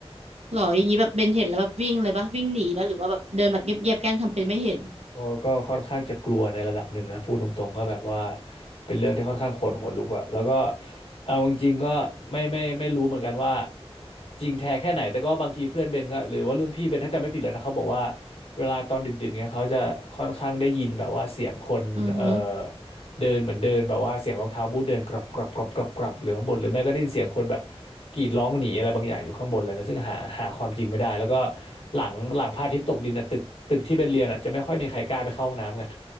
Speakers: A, on the right; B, on the left.
A: หรออย่างนี้แบบเบนเห็นแล้วแบบวิ่งเลยปะวิ่งหนีปะหรือว่าแบบเดินแบบเงียบๆแกล้งทำเป็นไม่เห็น
B: ก็ก็ค่อนข้างจะกลัวในระดับหนึ่งนะพูดตรงๆก็แบบว่าเป็นเรื่องที่ค่อนข้างขนหัวลุกอะแล้วก็เอาจริงๆก็ไม่ไม่ไม่รู้เหมือนกันว่าจริงแท้แค่ไหนแต่ก็บางทีเพื่อนเบนก็หรือว่ารุ่นพี่เบนถ้าจำไม่ผิดเลยนะเขาบอกว่าเวลาตอนดึกๆเนี่ยเขาจะค่อนข้างได้ยินแบบว่าเสียงคนเอ่อ
A: อือฮึ
B: เดินเหมือนเดินแบบว่าเสียงรองเท้าบูทเดินกรับกรับกรับกรับกรับหรือข้างบนหรือไม่ก็ได้ยินเสียงคนแบบ กรีดร้องหนีอะไรบางอย่างอยู่ข้างบนเลยนะซึ่งหาหาความจริงไม่ได้แล้วก็หลังหลังพระอาทิตย์ตกดินนะตึกตึกที่เป็นเรียนอ่ะจะไม่ค่อยมีใครกล้าไปเข้าห้องน้ำกัน